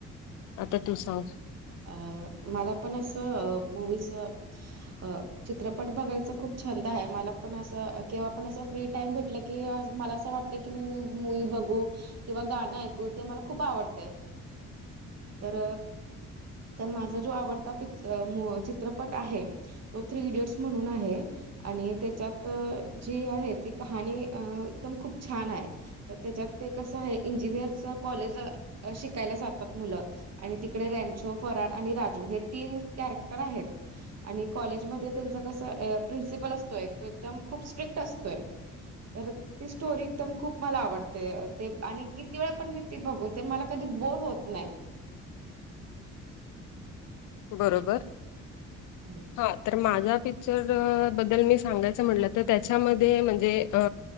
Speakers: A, on the left; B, on the right.
A: आता तू सांग
B: अ मला पण असं मूवीज अ चित्रपट बघायचा खूप छंद आहे. मला पण अस केव्हा पण असं फ्री टाइम भेटलं की मला असं वाट कि ते मी मूवी बघू किंवा गाणं ऐकू ते मला खूप आवडतय. तर, तर माझा जो आवडता पीच मु चित्रपट आहे तो थ्री इडियट्स म्हणून आहे. आणि त्याच्यात जी आहे ती कहाणी अ एकदम खूप छान आहे. तर त्याच्यात ते कसं आहे, इंजिनिअरच कॉलेज अ शिकायला जातात. मुलं, आणि तिकडे रॅनचो, फरान आणि राजू हे तीन कॅरेक्टर आहेत. आणि कॉलेजमध्ये त्यांचं कसं प्रिन्सिपल असतोय, तो एकदम खूप स्ट्रिक्ट असतोय. तर ती स्टोरी एकदम खूप मला आवडते, ते आणि किती वेळा पण मी ते बघू ते मला कधी बोर होत नाही.
A: बरोबर.
B: हम
A: हा तर माझा पिक्चर बद्दल मी सांगायचं म्हटलं, तर त्याच्यामध्ये म्हणजे अ